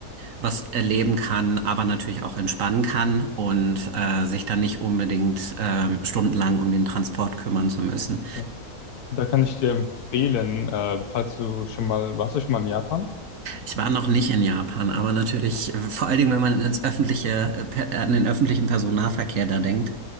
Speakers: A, on the right; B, on the left.
A: was erleben kann, aber natürlich auch entspannen kann und äh, sich dann nicht unbedingt ähm, stundenlang um den Transport kümmern zu müssen.
B: ja. Da kann ich dir empfehlen, äh, falls du schon mal, warst du schon mal in Japan?
A: Ich war noch nicht in Japan, aber natürlich, äh, vor allen Dingen, wenn man ins öffentliche, äh, per- äh, an den öffentlichen Personennahverkehr da denkt,